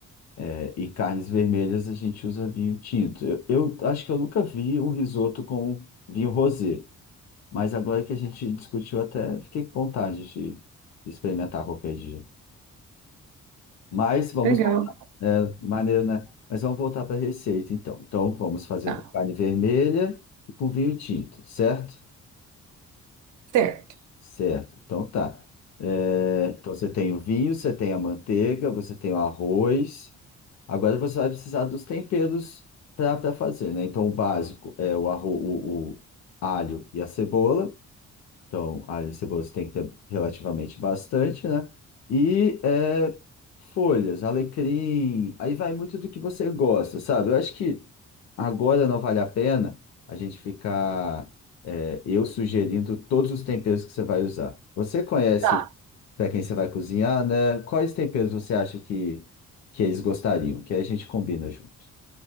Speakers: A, on the left; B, on the right.
A: É, e carnes vermelhas a gente usa vinho tinto. Eu, eu acho que eu nunca vi um risoto com vinho rosé, mas agora que a gente discutiu até fiquei com vontade de, de experimentar qualquer dia. Mas vamos
B: Legal.
A: voltar, é, maneiro, né? Mas vamos voltar para a receita então. Então vamos fazer
B: Tá,
A: com carne vermelha e com vinho tinto, certo?
B: certo.
A: Certo, então tá. É, então você tem o vinho, você tem a manteiga, você tem o arroz. Agora você vai precisar dos temperos para fazer, né? Então o básico é o arro o, o alho e a cebola. Então, alho e cebola você tem que ter relativamente bastante, né? E é, folhas, alecrim. Aí vai muito do que você gosta, sabe? Eu acho que Agora não vale a pena a gente ficar é, eu sugerindo todos os temperos que você vai usar. Você conhece
B: Tá.
A: para quem você vai cozinhar, né? Quais temperos você acha que, que eles gostariam? Que aí a gente combina junto.